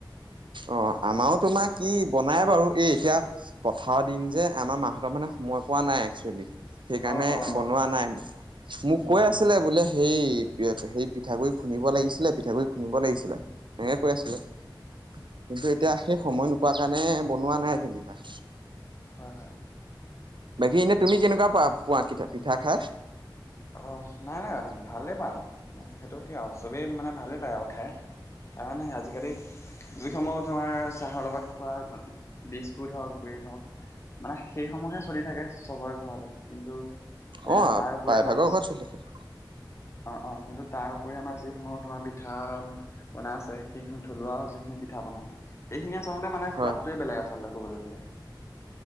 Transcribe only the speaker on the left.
অ', অ',
উম,
উম,
হয়
হয়
তাকে।
হয় হয়
অ' নাই নাই ভালেই পাওঁ সেইটো কি আৱ চবেই মানে ভালে পায় আৰু খাই তাৰমানে আজিকালি যিসমূহ তোমাৰ চাহৰ লগত খোৱা বিস্কুট হওঁক, ব্ৰেড হওঁক। মানে সেইসমূহে চলি থাকে চবৰে ঘৰতে। কিন্তু এ
তাৰপৰি
আমাৰ
অ অ কিন্তু তাৰ উপৰি আমাৰ যিসমূহ তোমাৰ পিঠা বনাই আছে সেইহু থলুৱা যিখিনি পিঠা পনা এইখিনি আচলতে মানে সোৱাদটোৱে
বেলেগ আচলতে ক'বলৈ গ'লে।